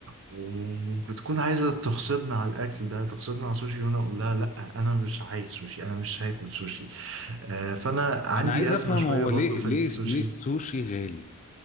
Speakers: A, on the right; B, on the left.
A: وبتكون عايزة تغصبنا على الأكل ده تغصبنا على سوشي وأنا أقول لها لأ أنا مش عايز سوشي أنا مش هاكل سوشي آه، فأنا عندي
B: انا عايز افهم
A: أزمة شوية
B: هو
A: برضو
B: ليه
A: في
B: ليه
A: السوشي
B: ليه السوشي غالي